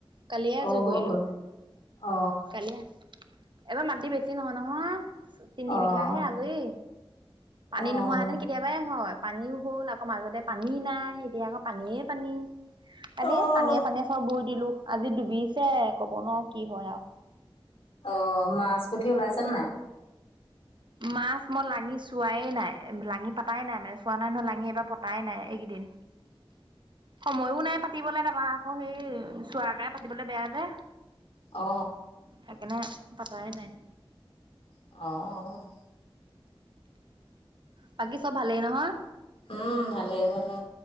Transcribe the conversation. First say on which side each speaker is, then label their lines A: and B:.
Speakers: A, on the right (about 55°); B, on the left (about 85°).
A: কালিয়ে আজৰি
B: অ', হৈ
A: কৰিলো
B: গ'ল অ',
A: কালিয়ে এবাৰ মাটি বেছি নহয় নহয়। তিনি
B: অ',
A: বিঘাহে আজৰি পানী
B: অ',
A: নোহোৱাহেঁতেন কেতিয়াবাই হয়, পানীও হ'ল, আকৌ মাজতে পানী নাই, এতিয়া আকৌ পানীয়েই পানী। কালি
B: অ',
A: পানীয়ে- চানীয়ে চব বুই দিলো, আজি ডুবিছে কব নোৱাৰো কি হয় আও
B: অ' মাছ পুঠি ওলাইছেনে নাই?
A: মাছ মই লাঙি চোৱাৱেই নাই লাঙি পাতাই নাই মানে পোৱা নাই ন লাঙি এইবাৰ পতাই নাই এইকেইদিন সময়ো নাই পাতিবলৈ তাপা অ সেই চোৱা গায়ে পাতিবলৈ বেয়া যে
B: অ
A: সেইকাৰণে পাতাই নাই
B: অ অ
A: বাকী চব ভালেই নহয়
B: উম ভালেই ভালে